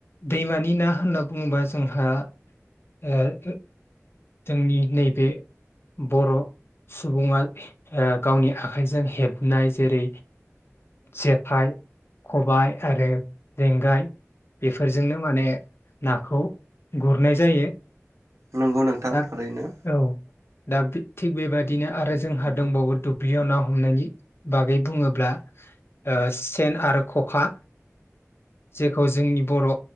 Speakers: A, on the left; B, on the right.
A: दैमानि ना होनना बुङोबा जोंहा ए जोंनि नैबे बर' सुबुङा ओ गावनि आखाइजों हेबनाय जेरै जेखाइ खबाय आरो लेंगाय बेफोरजोंनो माने नाखौ गुरनाय जायो।
B: नंगौ नोंथां
A: एक
B: थारैनो
A: औ दा थिग बेबादिनो आरो जोंहा दंबावो दुब्लियाव ना हमनायनि बागै बुङोब्ला सेन आरो खखा जेखौ जोंनि बर'